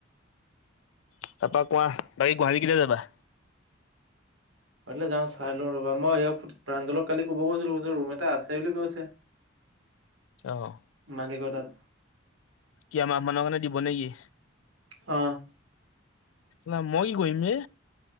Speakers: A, on the left; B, on the right.
A: তাৰাপা কোৱা, বাকী গুৱাহাটী কেতিয়া যাবা?
B: অ', যাওঁ, চাই লওঁ ৰবা মই স প্ৰাঞ্জলক কালি ক'ব গৈছিলো যে ৰুম এটা আছে বুলি কৈছে।
A: অ'।
B: মালিকৰ তাত
A: কি আমাৰ মানৰ কাৰণে দিব নেকি?
B: হ'।
A: না মই কি কৰিম এ